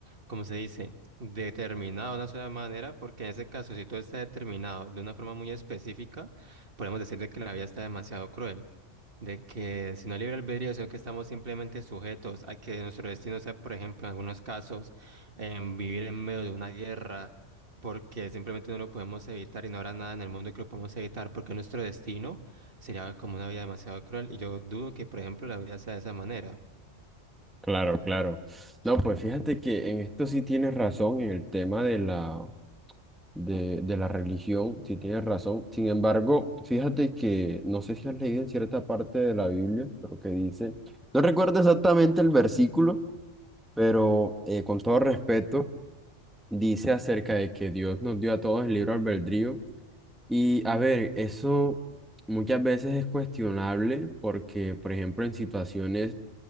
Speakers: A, on the right (about 50°); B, in the centre.
A: como se dice, determinado de una sola manera, porque en ese caso, si todo está determinado de una forma muy específica, podemos decir de que la vida está demasiado cruel de que si no libre albedrío, sino que estamos simplemente sujetos a que nuestro destino sea, por ejemplo, en algunos casos, em, vivir en medio de una guerra, porque simplemente no lo podemos evitar y no habrá nada en el mundo que lo podamos evitar, porque nuestro destino sería como una vida demasiado cruel y yo dudo que, por ejemplo, la vida sea de esa manera.
B: Claro, claro. No, pues fíjate que en esto sí tienes razón, en el tema de la, de, de la religión, sí tienes razón. Sin embargo, fíjate que no sé si has leído en cierta parte de la Biblia, pero que dice, no recuerdo exactamente el versículo, pero eh, con todo respeto, dice acerca de que Dios nos dio a todos el libre albedrío Y a ver, eso muchas veces es cuestionable porque, por ejemplo, en situaciones